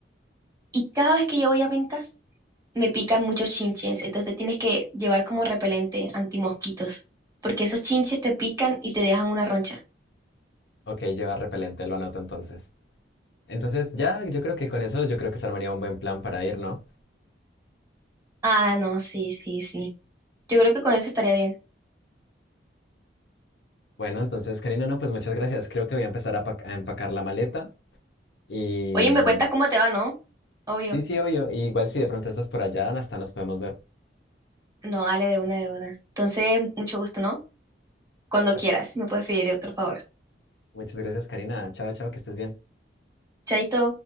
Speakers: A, on the right; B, on the left.
A: y cada vez que yo voy a Minca, me pican muchos chinches, entonces tienes que llevar como repelente antimosquitos, porque esos chinches te pican y te dejan una roncha.
B: Ok, lleva repelente, lo anoto entonces. Entonces, ya, yo creo que con eso, yo creo que se armaría un buen plan para ir, ¿no?
A: Ah, no, sí, sí, sí. Yo creo que con eso estaría bien.
B: Bueno, entonces, Karina, no, pues muchas gracias. Creo que voy a empezar a, pa- a empacar la maleta. Y
A: Oye, me cuentas cómo te va, ¿no? Obvio.
B: sí, sí, obvio. y igual si de pronto estás por allá, hasta nos podemos ver.
A: No, dale de una de una. Entonces, mucho gusto, ¿no? Cuando
B: Bueno,
A: quieras, me puedes pedir otro favor.
B: muchas gracias, Karina. Chao, chao, que estés bien.
A: Chaito.